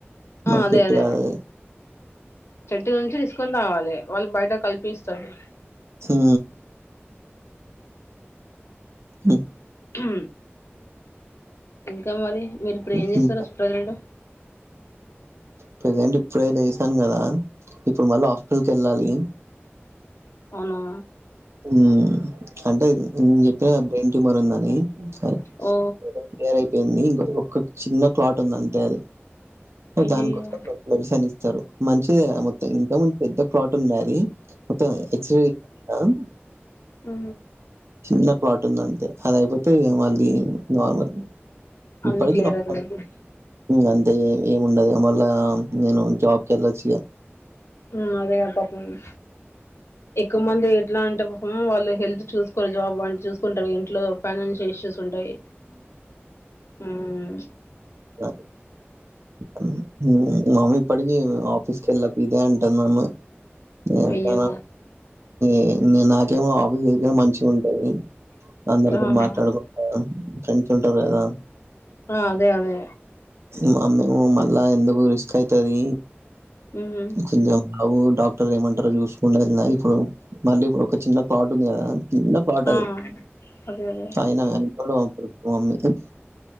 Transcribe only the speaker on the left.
ఆ అదే
అదే
చెట్టు నుంచి తీసుకుొని రావాలి వాళ్ళు బయట కల్పిస్తాడు
ఊ ఇంకా మరి మీరు ఇప్పుడు ఏం చేస్తారు
ప్రజెంట్
అవున
ఓ
అయ్యయ్యో
ఉ
అన్ని
క్లియర్
అవుతది
ఉ అదే అప్పటినుంచి ఎక్కువ మంది ఎట్లా అంటే ఏమో వాళ్ళు హెల్త్ చూసుకోరు జాబ్ అంటి చూసుకుంటారు ఇంట్లో ఫైనాన్షియల్ ఇష్యూస్ తుంటాయి హుమ్
అయ్యో
ఆహా
ఆ అదే అదే
మ్మ్
ఆ అదే అదే